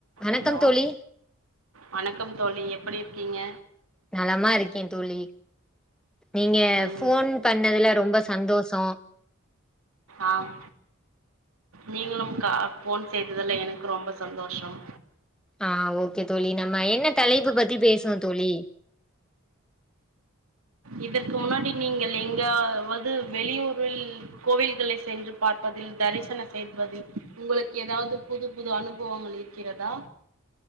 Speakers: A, in the centre; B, on the right (about 90°).
A: வணக்கம்
B: ஹலோ
A: தோழி
B: வணக்கம் தோழி எப்படி இருக்கீங்க
A: நலமா இருக்கே தோழி நீங்க
B: ம்
A: ஃபோன் பண்ணதுல ரொம்ப சந்தோஷ தோ
B: ஆம் நீங்களும் கா ஃபோன் செய்ததுல எனக்கு ரொம்ப சந்தோஷம்
A: ஆ ஓகே தோழி நம்ம என்ன தலைப்பு பத்தி பேசுவோ தோழி
B: இதற்கு முன்னாடி நீங்கள் எங்காவது வெளியூரில் கோவில்களை சென்றுப் பார்ப்பதில் தரிசன செய்வதில் உங்களுக்கு எதாவ்து புது புது அனுபவங்கள் இருக்கிறதா